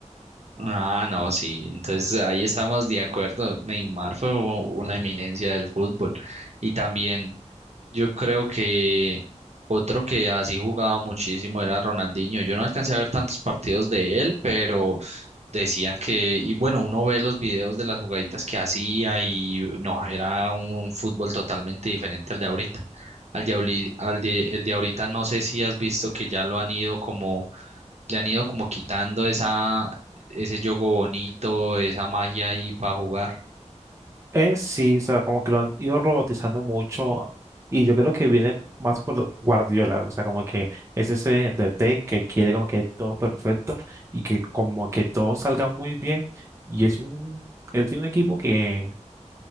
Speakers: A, on the right; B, on the right.
A: Ah, no, sí. Entonces ahí estamos de acuerdo. Neymar fue u- una eminencia del fútbol. Y también Yo creo que otro que así jugaba muchísimo era Ronaldinho. Yo no alcancé a ver tantos partidos de él, pero decían que, y bueno, uno ve los videos de las jugaditas que hacía y no, era un fútbol totalmente diferente al de ahorita. Al de, ahorri- al de, el de ahorita no sé si has visto que ya lo han ido como, le han ido como quitando esa, ese juego bonito, esa magia ahí para jugar.
B: Eh, sí, o sea, como que lo han ido robotizando mucho y yo creo que viene más por Guardiola, o sea, como que es ese DT que quiere como que todo perfecto y que como que todo salga muy bien y es un, él tiene un equipo que,